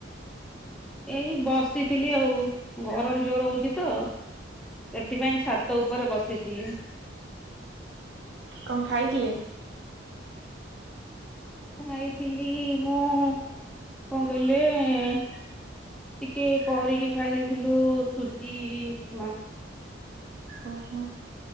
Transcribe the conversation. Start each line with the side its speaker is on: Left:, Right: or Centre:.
Centre: ଏଇ ବସିଥିଲି ଆଉ ଗରମ ଜୋର ହଉଛି ତ। ସେଥିପାଇଁ ଛାତ ଉପରେ ବସିଥିଲି।
Right: କଣ ଖାଇଥିଲେ?
Centre: ଖାଇଥିଲି ମୁଁ କଣ କହିଲେ। ଟିକେ କରିକି ଖାଇ ଦେଇେଇଥିଲୁ ସୁଜି ଉପମା।
Right: ଓହୋ